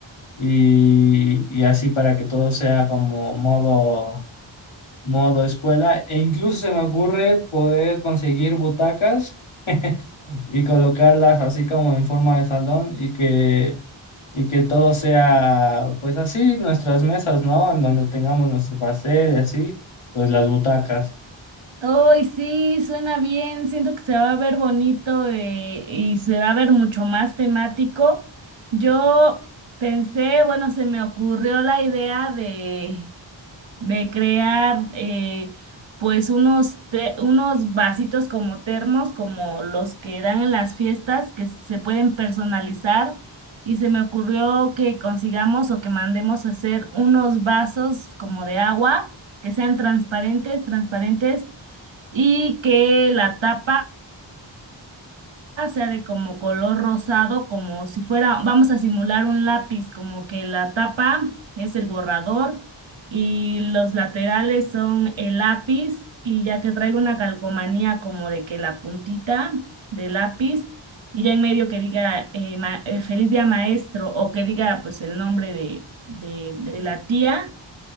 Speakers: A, on the left; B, on the right.
A: y, y así para que todo sea como modo, modo escuela. E incluso se me ocurre poder conseguir butacas y colocarlas así como en forma de salón y que, y que todo sea, pues así, nuestras mesas, ¿no? En donde tengamos nuestro pastel y así, pues las butacas.
B: Ay, sí, suena bien. Siento que se va a ver bonito eh, y se va a ver mucho más temático. Yo pensé, bueno, se me ocurrió la idea de, de crear eh, pues unos, te- unos vasitos como termos, como los que dan en las fiestas, que se pueden personalizar. Y se me ocurrió que consigamos o que mandemos a hacer unos vasos como de agua, que sean transparentes, transparentes y que la tapa sea de como color rosado, como si fuera, vamos a simular un lápiz, como que la tapa es el borrador y los laterales son el lápiz y ya que traiga una calcomanía como de que la puntita del lápiz y ya en medio que diga eh, ma- eh, feliz día maestro o que diga pues el nombre de, de de la tía.